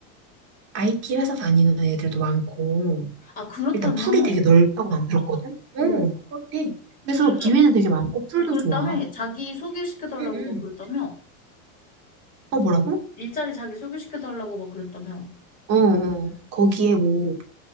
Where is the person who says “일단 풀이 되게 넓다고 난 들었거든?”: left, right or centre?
Right